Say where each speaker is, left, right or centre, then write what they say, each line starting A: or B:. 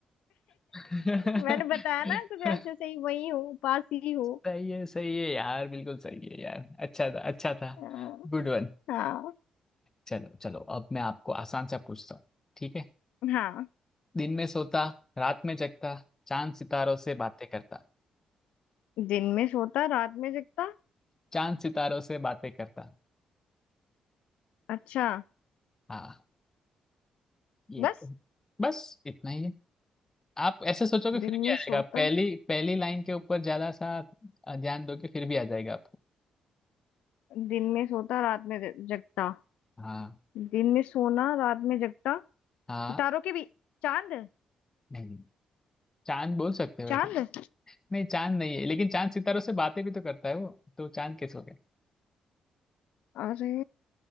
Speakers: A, on the left (about 25°); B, on the left (about 75°).
A: <laughs>
B: मैंने बताया ना कुछ ऐसे सही वही हो पास ही हो
A: सही है सही है यार बिल्कुल सही है यार अच्छा था अच्छा था
B: अ,
A: Good one
B: हाँ
A: चलो चलो अब मैं आपको आसान सा पूछता हूँ ठीक है
B: हाँ
A: दिन में सोता रात में जगता चांद सितारों से बातें करता
B: दिन में सोता रात में जगता
A: चांद सितारों से बातें करता
B: अच्छा
A: हाँ ये
B: बस
A: तो बस इतना ही है आप ऐसे सोचोगे फिर
B: दिन
A: भी
B: में
A: आ जाएगा
B: सोता
A: पहली पहली लाइन के ऊपर ज्यादा सा ध्यान दोगे फिर भी आ जाएगा आपको
B: दिन में सोता रात में ज- जगता
A: हाँ
B: दिन में सोना रात में जगता सितारों
A: हाँ
B: के भी चांद
A: नहीं चांद बोल सकते हो
B: चांद
A: वैसे नहीं चांद नहीं है लेकिन चांद सितारों से बातें भी तो करता है वो तो चांद कैसे हो गया
B: अरे